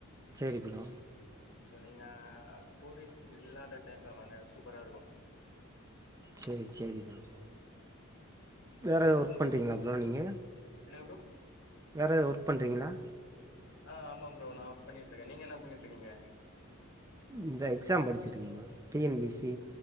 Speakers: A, on the right; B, on the left.
A: செரி ப்ரோ
B: சோ நீங்க டூரிஸ்ட் இல்லாத டைம்ல வாங்க சூப்பரா இருக்கு
A: சேரி சேரி ப்ரோ வேற
B: ப்ரோ
A: எது ஒர்க்
B: உங்க
A: பண்றீங்ளா ப்ரோ நீங்க
B: என்னங்க ப்ரோ?
A: வேறு எ ஒர்க் பண்றீங்ளா
B: அ ஆமா ப்ரோ நா ஒர்க் பண்ணிட்ருக்கே நீங்க என்ன பண்ணிட்ருக்கீங்க
A: இந்த எக்ஸாம் படிச்சிட்ருக்கே bro T N P C